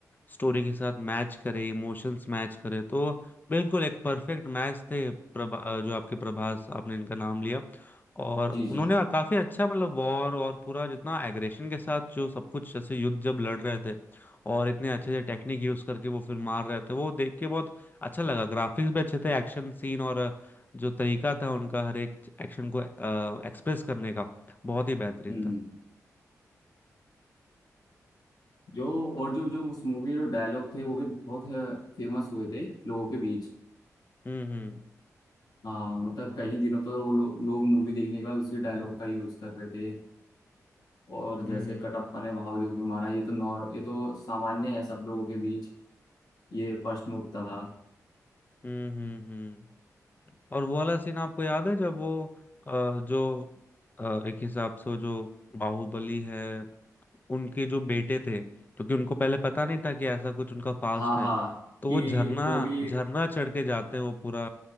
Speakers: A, on the left; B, on the left.
A: स्टोरी के साथ मैच करे इमोशंस मैच करे तो बिल्कुल एक परफेक्ट मैच थे प्रभा जो आपके प्रभास आपने इनका नाम लिया और
B: जी
A: उन्होंने
B: जी
A: काफी अच्छा मतलब वॉर और पूरा जितना एग्रेशन के साथ जो सब कुछ जैसे युद्ध जब लड़ रहे थे और इतने अच्छे से टेक्निक यूज करके वो फिर मार रहे थे वो देख के बहुत अच्छा लगा ग्राफिक्स भी अच्छे थे एक्शन सीन और जो तरीका था उनका हर एक एक्शन को एक्सप्रेस करने का बहुत ही बेहतरीन
B: हम्म
A: था
B: हम्म। जो और जो जो उस मूवी में डायलॉग थे वो भी बहुत फेमस हुए थे लोगों के बीच
A: हम्म हम्म
B: हाँ मतलब कई दिनों तक वो लो, लोग मूवी देखने के बाद उसी डायलॉग का यूज कर रहे थे और जैसे
A: हम्म
B: कटप्पा ने बाहुबली को मारा ये तो नॉर ये तो सामान्य है सब लोगों के बीच ये प्रश्न उठता था
A: हम्म हम्म हम्म। और वो वाला सीन आपको याद है जब वो अ, जो अ, एक हिसाब से वो जो बाहुबली है उनके जो बेटे थे क्योंकि उनको पहले पता नहीं था कि ऐसा कुछ उनका पास्ट
B: हाँ
A: है
B: हाँ
A: तो
B: कि
A: वो झरना
B: वो भी
A: झरना चढ़ के जाते हैं वो पूरा